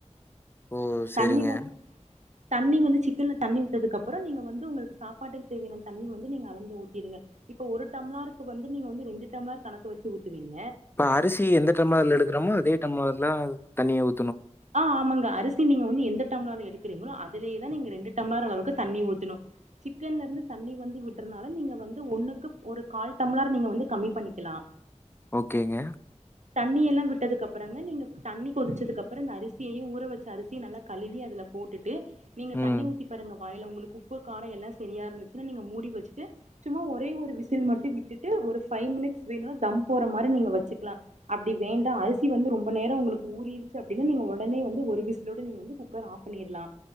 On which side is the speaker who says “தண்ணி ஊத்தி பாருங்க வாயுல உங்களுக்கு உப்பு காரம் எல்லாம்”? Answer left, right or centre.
Right